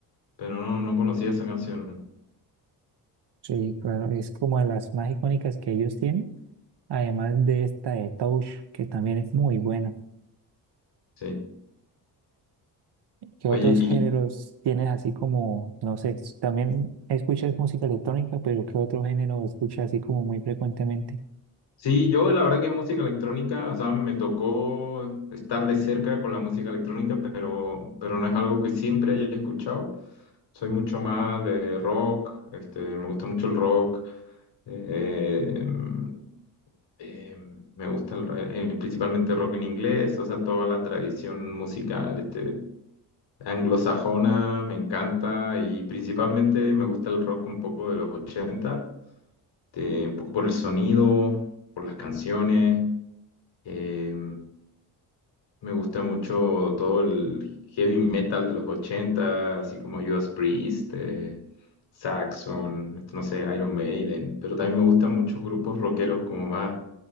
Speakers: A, on the left (about 70°); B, on the right (about 60°).
A: pero no, no conocía esa canción.
B: Sí, claro, es como de las más icónicas que ellos tienen, además de esta de Touch, que también es muy buena.
A: Sí.
B: ¿Qué
A: Oye,
B: otros
A: y,
B: géneros tienes así como, no sé, s- también escuchas música electrónica, pero qué otro género escuchas así como muy frecuentemente?
A: Sí, yo la verdad que música electrónica, o sea, me tocó estar de cerca con la música electrónica, pero, pero no es algo que siempre haya escuchado. Soy mucho más de rock, este, me gusta mucho el rock, eh, em, eh, me gusta el re- eh, principalmente rock en inglés, o sea, toda la tradición musical, este, anglosajona, me encanta y principalmente me gusta el rock un poco de los 80, este, un poco por el sonido, por las canciones. Eh, me gusta mucho todo el heavy metal de los 80 así como Judas Priest, eh, Saxon, esto no sé, Iron Maiden, pero también me gustan muchos grupos rockeros como más,